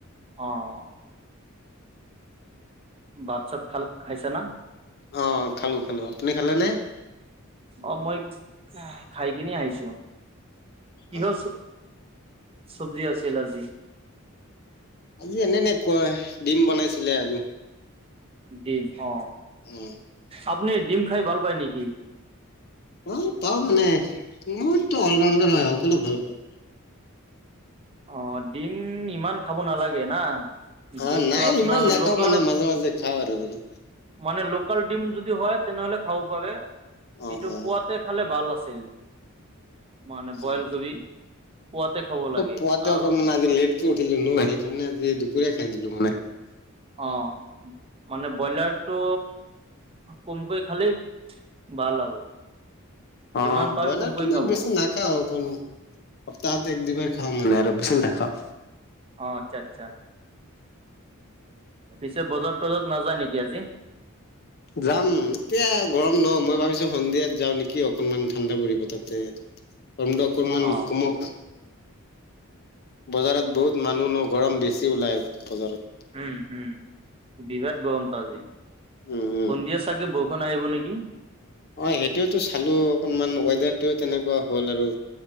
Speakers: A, on the right; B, on the left.
A: অ', ভাত চাত খাল খাইছা না?
B: অ', খালোঁ খালোঁ আপুনি খালেনে?
A: অ মই খাই কিনে আহিছোঁ। কিহ
B: অ
A: চ চব্জি আছিল আজি?
B: আজি এনে এনে কয় ডিম বনাইছিলে <unintelligible>
A: ডিম অ।
B: উম
A: আপুনি ডিম খাই ভাল পায় নেকি?
B: পাও, পাও মানে। মোৰতো অল ৰাউণ্ডাৰ হয়। সকলো ভাল পাওঁ।
A: অ ডিম ইমান খাব নালাগে না। ডিমটো
B: অ নাই
A: আপোনাৰ
B: ইমান নাখাওঁ
A: লোকেল
B: মানে মাজে মাজে খাওঁ আৰু মানে।
A: মানে লোকেল ডিম যদি হয় তেনেহ'লে খাব পাৰে।
B: অ',
A: এইটো
B: অ'।
A: পোৱাতে খালে ভাল আছিল। মানে
B: <unintelligible>
A: বইল কৰি পুৱাতে খাব লাগে
B: পোৱাত যে
A: আৰু
B: অকমান লেট। কে উঠিলো নু আহিকেনে যি দুপৰীয়া খাই দিলো মানে।
A: অঁ অঁ। মানে ব্ৰইলাৰটো কমকৈ খালেই বাল আৰু। যিমান
B: অ।
A: পাৰে
B: ব্ৰইলাৰটো
A: কমকৈ
B: মই
A: খাব
B: বেছি
A: অ
B: নাখাওঁ। <unintelligible> সপ্তাহত এক, দুইবাৰ খাওঁ মানে আৰু বেছি নাখাওঁ।
A: অ আচ্ছা আচ্ছা, পিছে বজাৰত-তজাৰত নাযায় নেকি আজি?
B: যাম। এতিয়া গৰম ন। মই ভাবিছো সন্ধিয়াত যাওঁ নেকি অকনমান ঠাণ্ডা পৰিব তাতে।
A: <inaudible>
B: গৰমটো অকণমান
A: অ
B: কমক। বজাৰত বহুত মানুহ ন গৰম বেছি ওলাই বজাৰত।
A: উম হুম। বিৰাট গৰম ত' আজি। সন্ধিয়া
B: উম, উম,
A: চাগে বৰ ষুণ আহিব নেকি?
B: অ সেইটোৱেটো চালো অকনমান ৱেডাৰটোও তেনেকুৱা হ'ল আৰু।